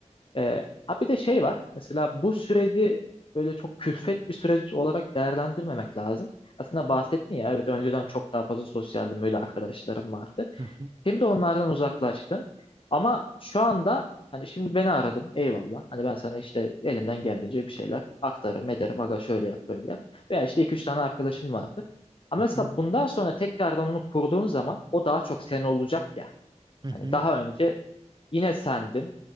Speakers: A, on the left; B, on the right.
A: Ee, ha bir de şey var. Mesela bu süreci böyle çok külfet bir süreç olarak değerlendirmemek lazım. Aslında bahsettin ya evet önceden çok daha fazla sosyaldim böyle arkadaşlarım vardı.
B: hı hı
A: Şimdi onlardan uzaklaştın. Ama şu anda hani şimdi beni aradın eyvallah. Hani ben sana işte elimden geldiğince bir şeyler aktarırım ederim. Aga şöyle yap böyle yap. Veya işte iki üç tane arkadaşın vardır Ama mesela
B: hı
A: bundan sonra tekrardan onu kurduğun zaman o daha çok sen olacak ya.
B: hı. hı.
A: Hani daha önce Yine sendin.